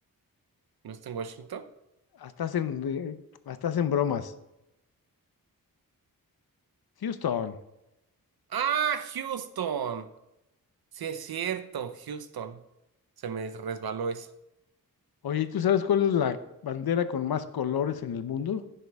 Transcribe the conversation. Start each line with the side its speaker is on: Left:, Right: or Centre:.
Right: ¿no está en Washington?
Left: Hasta hacen, eh, hasta hacen bromas. Houston.
Right: Ah, Houston. Sí, es cierto, Houston. Se me resbaló esa.
Left: Oye, ¿y ¿tú sabes cuál es la bandera con más colores en el mundo?